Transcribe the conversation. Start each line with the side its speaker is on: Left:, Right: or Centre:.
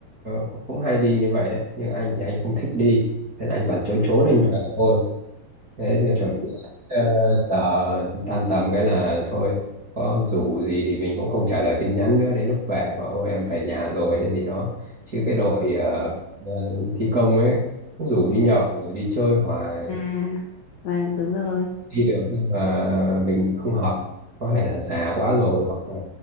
Right: cũng cũng hay đi như vậy đấy nhưng anh thì anh không thích đi nên anh toàn trốn trốn anh
Left: Dạ,
Right: về thôi thế thì chuẩn bị ờ, giờ tan tầm cái là thôi có rủ gì thì mình cũng không trả lời tin nhắn nữa đến lúc về bảo ôi em về nhà rồi hay gì đó chứ cái đội ờ,
Left: dạ.
Right: ờ, thi công ấy nó rủ đi nhậu rồi đi chơi hoài
Left: À, vâng đúng rồi.
Right: đi được nhưng mà mình không hợp có thể là già quá rồi hoặc là